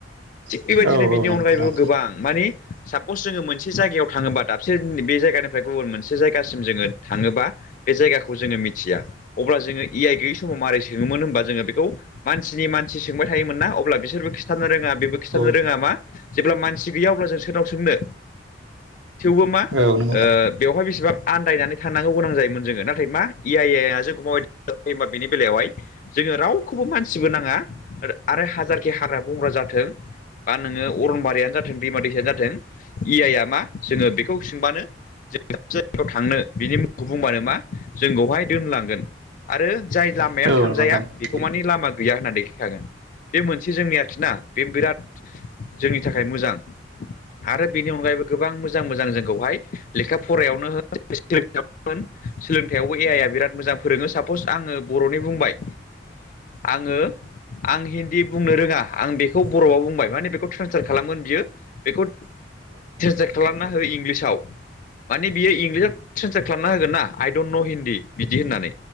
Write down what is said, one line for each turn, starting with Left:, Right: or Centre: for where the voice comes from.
Left: थिग
Right: नंगौ
Left: बेबायदिनो
Right: औ औ
Left: बिनि
Right: नंगौ
Left: अनगायैबो
Right: नोंथां
Left: गोबां मानि सापस जोङो मोनसे जायगायाव थाङोबा दाबसे बे जायगानिफ्राय गुबुन मोनसे जायगासिम जोङो थाङोबा बे जायगाखौ जोङो मिथिया अब्ला जोङो ए आइ गैयै समाव मारै सोङोमोन होनबा जोङो बेखौ मानसिनि मानसि सोंबाय थायोमोन ना अब्ला बिसोरबो खिथानो रोङा बेबो खिथानो
Right: औ
Left: रोङा मा जेब्ला मानसि गैया अब्ला जों सोरनाव सोंनो थेवबो मा
Right: औ नंगौ नोंथां औ नोंथां औ नंगौ नोंथां औ नंगौ नोंथां औ नंगौ नोंथां औ नंगौ नोंथां औ नंगौ नोंथां नंगौ नोंथां औ नोंथां औ नंगौ नोंथां नंगौ औ
Left: बेवहाय बेसेबां आन्दायनानै थांनांगौ गोनां जायोमोन जोङो नाथाय मा ए आइ आ जों माबायदियै हेफाजाब होयो होमबा बेनि बेलायावहाय जोङो रावखौबो मानसिबो नाङा आरो हाजारखि हाग्रा बंग्रा जाथों बा नोङो अरनबारियानो जाथों दैमा दैसायानो जाथों ए आइआ मा जोङो बेखौ सोंबानो जों दाबसे जायगायाव थांनो बिनि मुंखौ बुंबानो मा जोंखौहाय दोनलांगोन आरो जाय लामाया
Right: औ
Left: थांजाया बे खौ मानि लामा गैया होन्ना देखाय खागोन। बे मोनसे जोंनि आरोखि ना बे बिराद जोंनि थाखाय मोजां। आरो बेनि अनगायैबो गोबां मोजां मोजां जोंखौहाय लेखा फरायावनो <unintelligible> सोलोंथाइयावबो ए आइ आ बिराद मोजां फोरोङो सापस आङो बर'नि बुंबाय आङो आं हिन्दी बुंनो रोङा आं बेखौ बर'आव बुंबाय माने बेखौ ट्रेन्सलेट खालामगोन बियो बेखौ ट्रेन्सलेट खालामना हो इंलिसाव माने बियो इंलिसाव ट्रेन्सलेट खालामना होगोना आइ डन्ट न' हिन्दी बिदि होननानै